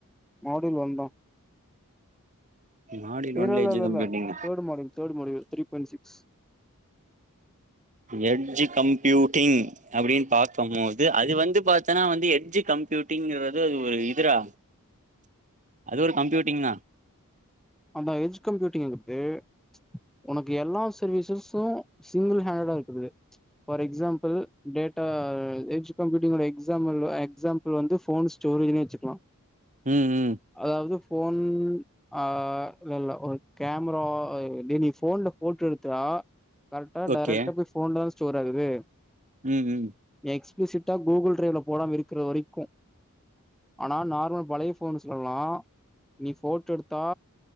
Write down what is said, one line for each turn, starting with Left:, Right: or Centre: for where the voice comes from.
Centre: மாடியூல் ஒன்ந்தா
Right: மாடியூல்
Centre: எர
Right: ஒன்ல
Centre: இல்லல்ல
Right: எட்ஜ் computing
Centre: third module third module three point six
Right: edge computing அப்டின்னு பாக்கும்போது அது வந்து பாத்தன்னா வந்து எட்ஜி கம்ப்பியூட்டிங்கறது அது ஒரு இதுரா அது ஒரு கம்ப்பியூடிங்கா
Centre: அந்த எஜ் கம்ப்பியூட்டிங்கறது உனக்கு எல்லா சர்வீசஸஸ்ஸும் சிங்கிள் ஹேண்டடா இருக்குது ஃபார் எக்ஸாம்பிள் டேட்டா எஜ் கம்யூட்டிங்கோட எக்ஸாம்மல் எக்ஸாம் பள் வந்து ஃபோன் ஸ்டோரேஜ்னு வச்சுகுலா
Right: ம் ம்
Centre: அதாவது போன் அ அ இல்லல்ல ஒரு கேமரா டே நீ போன்ல போட்டோ எடுத்தா கரெக்டா
Right: ஓகே
Centre: டைரக்டா போய் போன்ல தா ஸ்டோர் ஆகுது
Right: ம் ம்
Centre: எக்ஸ்ப்ளூசிட்டா கூகுள் டிரைவ்ல போடாம இருக்கிற வரைக்கும் ஆனா நார்மல் பழைய ஃபோன்ஸ்லெல்லாம் நீ போட்டோ எடுத்தா